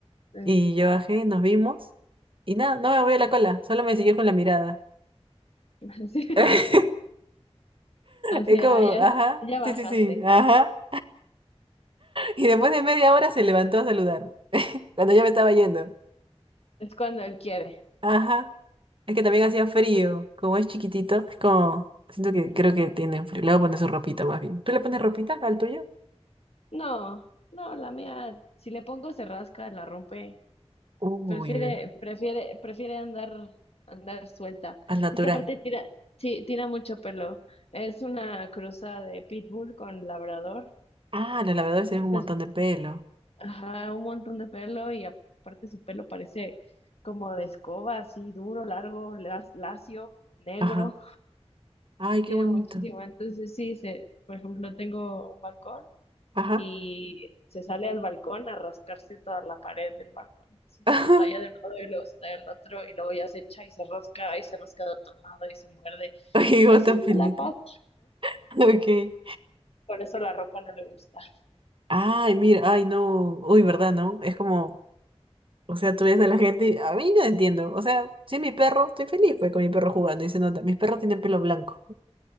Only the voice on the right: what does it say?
Y yo bajé, nos vimos. Y nada, no me movió la cola, solo me siguió con la mirada.
<laughs>
Es como,
ajá,
sí, sí, sí, ajá. Y después de media hora se levantó a saludar, cuando ya me estaba yendo.
Ajá. Es que también hacía frío, como es chiquitito, es como, siento
que creo
que tiene frío. Le voy a poner su ropita más bien. ¿Tú le pones ropita al tuyo?
Uy,
uy, uy.
Al natural.
Ah, los lavadores tienen
un montón de pelo.
Ajá. Ay, qué
bonito.
Ajá.
<laughs>
Ajá. y
vos
pelitos
<laughs> pelito. Ok.
Ay, mira, ay, no. Uy, ¿verdad, no? Es como, o sea, tú ves a la gente, y- a mí no entiendo. O sea, sí, mi perro, estoy feliz pues, con mi perro jugando y se nota. Mis perros tienen pelo blanco.